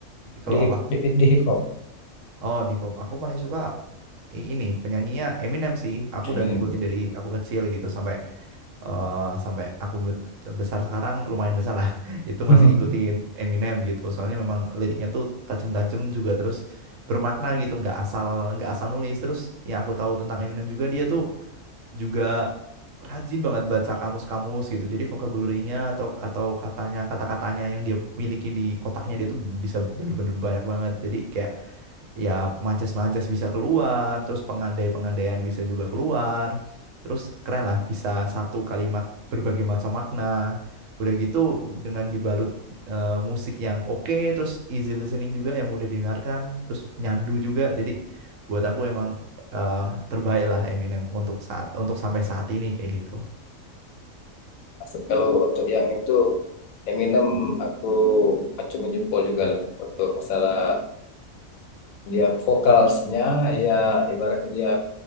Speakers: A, on the right; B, on the left.
A: kalau
B: Di hip
A: apa
B: di, di hip hop
A: Oh, di pop. Aku paling suka i- ini penyanyinya Eminem sih. Aku
B: Eminem.
A: udah ngikutin dari aku kecil gitu sampai eh, sampai aku be- besar sekarang lumayan besar lah. <laughs> Itu
B: <laughs>
A: masih ngikutin Eminem gitu. Soalnya memang liriknya tuh tajam-tajam juga terus bermakna gitu. Nggak asal nggak asal nulis. Terus yang aku tahu tentang Eminem juga dia tuh juga rajin banget baca kamus-kamus gitu. Jadi vocabulary-nya atau atau katanya kata-katanya yang dia miliki di otaknya dia tuh bisa bener-bener banyak banget. Jadi kayak ya majas-majas bisa keluar, terus pengandai-pengandaian bisa juga keluar. Terus keren lah bisa satu kalimat berbagai macam makna. Udah gitu dengan dibalut eh, musik yang oke, terus easy listening juga yang mudah didengarkan, terus nyandu juga. Jadi buat aku emang eh terbaik lah Eminem untuk saat untuk sampai saat ini kayak gitu.
B: Maksud- Kalau untuk yang itu Eminem aku acungin jempol juga lah untuk masalah dia vokalnya ya ibaratnya dia